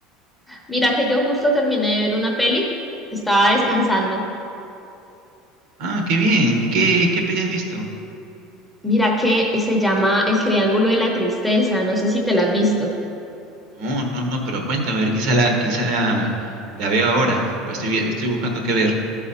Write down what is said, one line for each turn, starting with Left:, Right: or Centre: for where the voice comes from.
Centre: Mira que yo justo terminé de ver una peli, estaba descansando.
Right: Ah, qué bien. ¿Qué, qué peli has visto?
Centre: Mira que se llama El Triángulo de la Tristeza, no sé si te la has visto.
Right: No, no, no, pero cuéntame, a ver, quizá la, quizá la, la veo ahora, porque estoy, vi- estoy buscando qué ver.